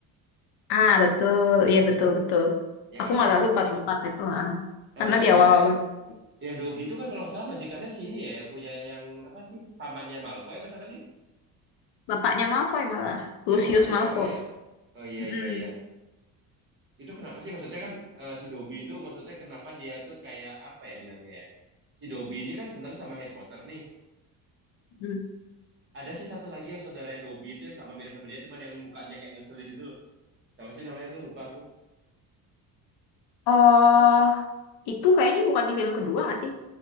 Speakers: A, on the left; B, on the right.
A: Ah, betul. Iya, betul, betul.
B: Ya nggak
A: Aku
B: sih?
A: malah lupa tuh part itu. ah. Karena
B: Eh,
A: di awal
B: deh.
A: ba-
B: Yang Dobby itu kan kalau nggak salah majikannya si ini ya, yang punya yang apa sih? Pamannya Malfoy apa siapa sih?
A: bapaknya Malfoy malah. Lucius
B: Oh, bapaknya
A: Malfoy.
B: Malfoy ya? Oh iya
A: Mm-mm,
B: iya iya. Itu kenapa sih maksudnya kan eh, si Dobby itu maksudnya kenapa dia tuh kayak apa ya bilangnya ya? Si Dobby ini kan seneng sama Harry Potter nih.
A: mm.
B: Ada sih satu lagi yang saudaranya Dobby itu yang sama mirip sama dia, cuman yang mukanya kayak ngeselin itu loh. Siapa sih namanya tuh? Lupa aku.
A: Oh, itu kayaknya bukan di film kedua nggak sih?